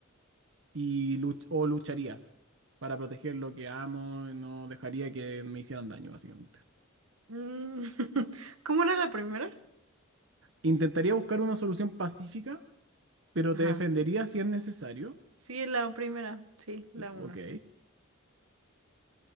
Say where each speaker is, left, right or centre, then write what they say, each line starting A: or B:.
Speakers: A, on the right; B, on the right.
A: y luch- o lucharías para proteger lo que amo y no dejaría que me hicieran daño básicamente.
B: Mm, <laughs> ¿Cómo era la primera?
A: Intentaría buscar una solución pacífica, pero
B: Ajá.
A: te defendería si es necesario.
B: Sí, la primera. Sí, la uno.
A: Ok.